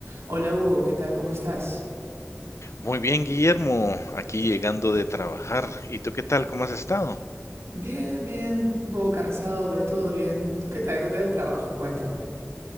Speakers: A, on the right (about 80°); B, on the left (about 75°).
A: Hola Hugo, ¿qué tal? ¿Cómo estás?
B: Muy bien, Guillermo, aquí llegando de trabajar. ¿Y tú qué tal? ¿Cómo has estado?
A: Bien, bien, un poco cansado, pero todo bien. ¿Tú qué tal? ¿Qué tal el trabajo? Cuéntame.